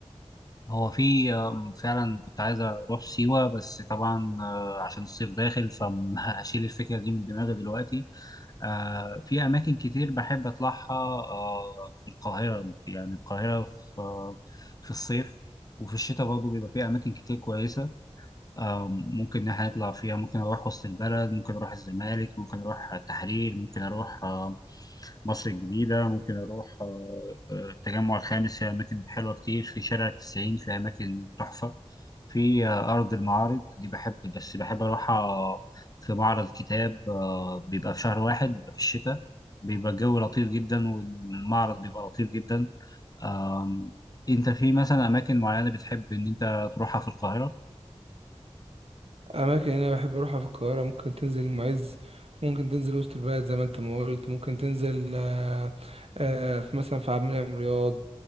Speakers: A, on the left; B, on the right.
A: هو في آه، فعلا كنت عايز أروح سيوة بس طبعا آه، عشان الصيف داخل فهشيل <laughs> الفكرة دي من دماغي دلوقتي آه، في أماكن كتير بحب أطلعها آه، في القاهرة يعني القاهرة في آه، في الصيف وفي الشتاء برضه بيبقى فيها أماكن كتير كويسة آه، ممكن إن إحنا نطلع فيها ممكن أروح وسط البلد ممكن أروح الزمالك ممكن أروح التحرير ممكن أروح آه، مصر الجديدة ممكن أروح آه، آه، التجمع الخامس في أماكن حلوة كتير في شارع التسعين في أماكن تحفة في آه، أرض المعارض دي بحب بس بحب أروحها في معرض كتاب آه، بيبقى في شهر واحد بيبقى في الشتاء بيبقى الجو لطيف جدا والمعرض بيبقى لطيف جدا آم، أنت في مثلا أماكن معينة بتحب إن أنت تروحها في القاهرة؟
B: اماكن انا بحب اروحها في القاهره ممكن تنزل المعز ممكن تنزل وسط البلد زي ما انت ما قلت ممكن تنزل آه، آه، في مثلا في عبد المنعم رياض